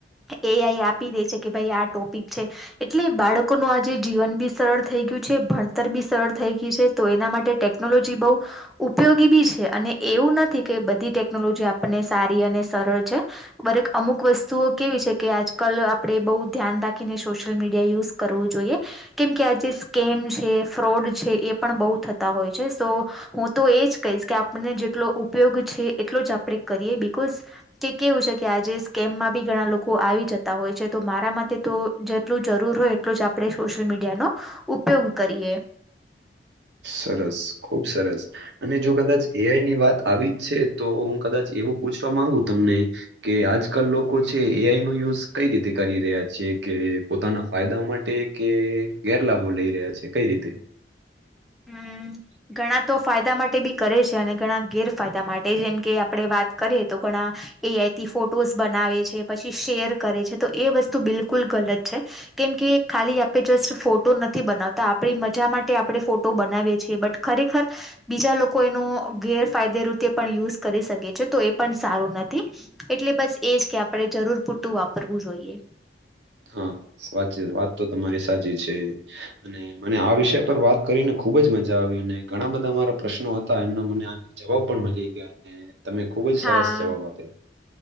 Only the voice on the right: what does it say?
સરસ ખુબ સરસ અને જો કદાચ એઆઈ ની વાત આવી જ છે તો હું કદાચ એવું પૂછવા માંગુ તમને કે આજકાલ લોકો છે એ આઈ નો યુઝ કઈ રીતે કરી રહ્યા છે કે પોતાના ફાયદા માટે કે ગેરલાભો લઈ રહ્યા છે કઈ રીતે <inaudible>
હા. વાચી વાત તો તમારી સાચી છે. અને મને આ વિષય પર વાત કરીને ખુબ જ મજા આવી. અને ઘણા બધા મારા પ્રશ્નો હતા એમના મને આ જવાબ પણ મલી ગયા. અને તમે ખુબ જ સરસ
જવાબ આપ્યો.